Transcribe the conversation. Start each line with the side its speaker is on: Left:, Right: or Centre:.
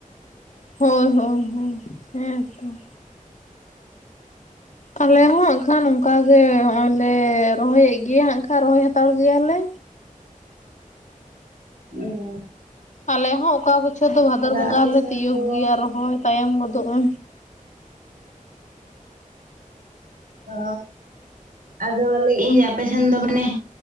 Left: ᱦᱳᱭ ᱦᱳᱭ ᱦᱳᱭ ᱦᱮᱸᱛᱚ ᱟᱞᱮ ᱦᱚᱸ ᱮᱠᱷᱟᱱ ᱚᱱᱠᱟᱜ ᱜᱮ ᱦᱚᱜᱼᱚᱭ ᱞᱮ ᱨᱚᱦᱚᱭᱮᱫ ᱜᱮᱭᱟᱜ ᱮᱠᱷᱟᱱ ᱨᱚᱦᱚᱭ ᱦᱟᱛᱟᱲ ᱜᱮᱭᱟᱞᱮ
Right: ᱚ
Left: ᱟᱞᱮ ᱦᱚᱸ ᱚᱠᱟ ᱵᱚᱪᱷᱚᱨ ᱫᱚ ᱵᱷᱟᱫᱚᱨ
Right: ᱟᱫᱚ
Left: ᱵᱚᱸᱜᱟ
Right: ᱟᱯᱮ
Left: ᱦᱚᱞᱮ
Right: ᱥᱮᱱ
Left: ᱛᱤᱭᱜ
Right: ᱫᱚ
Left: ᱜᱮᱭᱟ ᱨᱚᱦᱚᱭ ᱛᱟᱭᱚᱢ ᱜᱚᱫᱚᱜ ᱟᱹ
Right: ᱚ ᱟᱫᱚ ᱞᱟᱹᱭ ᱮᱫᱤᱧ ᱟᱯᱮᱥᱱ ᱫᱚ ᱢᱟᱱᱮ